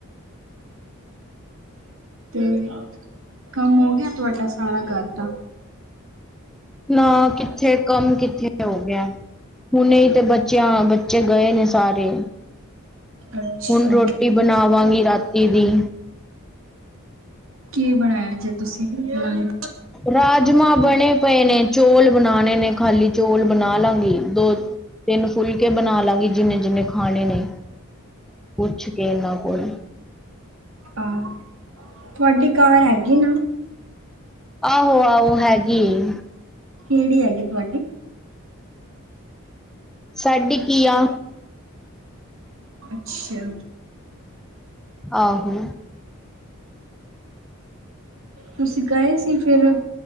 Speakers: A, on the right; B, in the centre.
A: ਤੇ ਕੰਮ ਹੋ ਗਿਆ ਤੁਹਾਡਾ ਸਾਰਾ ਗਰ ਦਾ?
B: ਨਾ ਕਿੱਥੇ ਕੰਮ ਕਿੱਥੇ ਹੋ ਗਿਆ। ਹੁਣੇ ਈ ਤੇ ਬੱਚਿਆਂ ਬੱਚੇ ਗਏ ਨੇ ਸਾਰੇ।
A: ਅੱਛਾ
B: ਹੁਣ ਰੋਟੀ ਬਣਾਵਾਂਗੀ ਰਾਤੀ ਦੀ।
A: ਕੀ ਬਣਾਇਆ ਜੇ ਤੁਸੀਂ ਲੰਚ?
B: ਰਾਜਮਾਂ ਬਣੇ ਪਏ ਨੇ ਚੌਲ ਬਣਾਣੇ ਨੇ ਖਾਲੀ ਚੌਲ ਬਣਾ ਲਾਂਗੀ ਦੋ ਤਿੰਨ ਫੁੱਲਕੇ ਬਣਾ ਲਾਂਗੀ ਜਿੰਨੇ-ਜਿੰਨੇ ਖਾਣੇ ਨੇ। ਪੁੱਛ ਕੇ ਏਨਾਂ ਕੋਲ।
A: ਆ ਤੁਹਾਡੀ ਕਵਰ ਐਗੀ ਨਾ।
B: ਆਹੋ-ਆਹੋ ਹੈਗੀ ਏ।
A: ਕੇੜੀ ਐਗੀ ਤੁਹਾਡੀ?
B: ਸਾਡੇ ਕੀ ਆ।
A: ਅੱਛਾ।
B: ਆਹੋ!
A: ਤੁਸੀਂ ਗਏ ਸੀ ਫਿਰ?